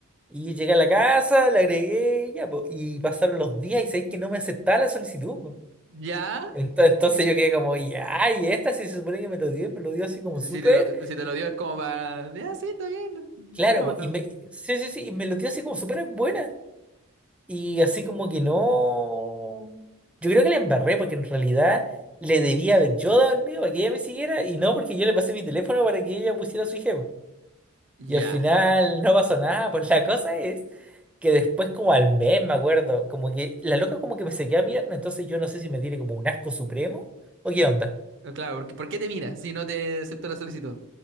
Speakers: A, in the centre; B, on the right.
A: Y llegué a la casa, la agregué, y ya, po. Y pasaron los días y sabéis que no me aceptaba la solicitud, po.
B: Ya.
A: Ento- Entonces, yo quedé como, ya, y esta sí se supone que me lo dio, me lo dio así como súper,
B: Si te lo, si te lo dio es como para... Ya, sí, está bien.
A: claro,
B: Sigámonos.
A: po, y me, sí, sí, sí, y me lo dio así como súper buena. Y así como que no. Yo creo que la embarré porque en realidad le debía haber yo dado el mío para que ella me siguiera y no porque yo le pasé mi teléfono para que ella pusiera su IG,
B: Ya.
A: Y al final no pasó nada, pues la cosa es que después como al mes, me acuerdo, como que la loca como que me seguía mirando, entonces yo no sé si me tiene como un asco supremo o qué onda.
B: Ah, Claro, porque ¿por qué te mira si no te aceptó la solicitud?